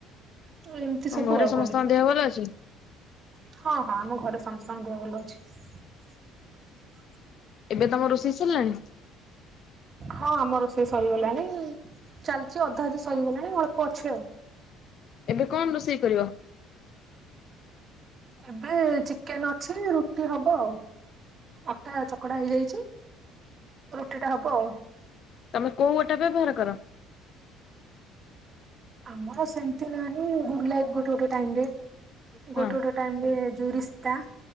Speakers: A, on the right; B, on the left.
A: ତ ଏମିତି
B: ତମ
A: ସବୁ
B: ଘରେ
A: ଆଉ
B: ସମସ୍ତଙ୍କ
A: କଣ ହଁ।
B: ଦେହ ଭଲ ଅଛି?
A: ହଁ ଆମ ଘରେ ସମସ୍ତଙ୍କ ଦେହ ଭଲ ଅଛି।
B: ଏବେ ତମ ରୋଷେଇ ସରିଲାଣି?
A: ହଁ ଆମ ରୋଷେଇ ସରିଗଲାଣି। ଚାଲିଛି ଅଧା ଅଧି ସରିଗଲାଣି ଅଳ୍ପ ଅଛି ଆଉ।
B: ଏବେ କଣ ରୋଷେଇ କରିବ?
A: ଏବେ ଚିକେନ ଅଛି ରୁଟି ହବ ଆଉ। ଅଟା ଚକଟା ହେଇଯାଇଛି ରୁଟି ଟା ହବ ଆଉ।
B: ତମେ କଉ ଅଟା ବ୍ୟବହାର କର?
A: ଆମର ସେମତି ନାହିଁ ଗୁଡ ଲାଇଟ ଗୋଟେ ଗୋଟେ ଟାଇମ ରେ
B: ହଁ
A: ଗୋଟେ ଗୋଟେ ଟାଇମ ରେ ଜୁଉ ରିସ୍କା